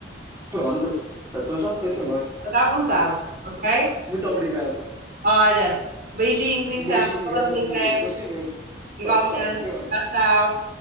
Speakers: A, on the right; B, on the right.
A: Pronto, então já sei também.
B: Estás à vontade, ok?
A: Muito obrigado.
B: Olha, beijinhos então.
A: Um beijinho
B: Falamos
A: grande,
B: em
A: amiga.
B: breve.
A: Gostei em ver-te.
B: Igualmente.
A: Tchau, tchau. Fica bem.
B: Tchau, tchau.